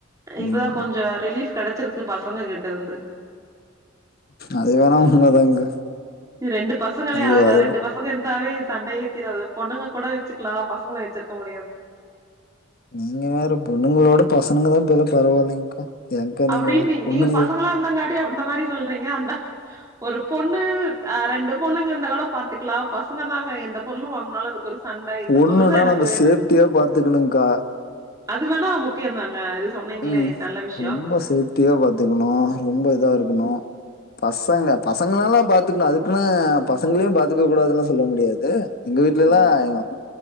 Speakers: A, on the right; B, on the left.
A: இப்பதா
B: நீங்க வந்தது
A: கொஞ்சோ ரிலீஃப் கெடைச்சிருக்கு பசங்க கிட்ட இருந்து
B: அது வேணா உண்மதாங்க்கா
A: ரெண்டு பசங்களே
B: ஐயோ
A: ஆக
B: அதெல்லா
A: ரெண்டு பச பசங்க இருந்தாவே சண்டையே தீராது பொண்ணுங்க கூட வச்சுக்கலா பசங்கள வச்சிருக்க முடியாது
B: நீங்க வேற பொண்ணுங்களோட பசங்கனு தா இப்பேலா பரவாயில்லைங்க்கா ஏங்க்கா நீங்க
A: அப்டின்னு
B: வேற
A: நீ
B: பொண்ணுங்க
A: நீங்க பசங்களா இருந்தாங்காட்டியு அந்த மாரி சொல்றீங்க அந்தா ஒரு பொண்ணு அ ரெண்டு பொண்ணுங்க இந்த கூட பாத்துக்கலா பசங்க தாங்க எந்த பொருளு வாங்கனாலு அதுக்கு ஒரு சண்டை.
B: பொண்ணுன்னா
A: இந்த பொருள் தான் எனக்கு
B: நம்ம
A: வேணும்.
B: சேஃப்ட்டியா பாத்துக்கணுக்கா
A: அது வேனா முக்கியந்தாங்க இது சொன்னீங்களே
B: ம்
A: நல்ல விஷயோ
B: ரொம்ப சேஃப்டியா பாத்துக்கணு ரொம்ப இதா இருக்கணு பசங்க பசங்கனலு பாத்துக்கணு அதுக்குன்னு பசங்களையு பாத்துக்க கூடாதுல்லா சொல்ல முடியாது எங்க வீட்லெல்லா
A: ம்.
B: எங்க அப்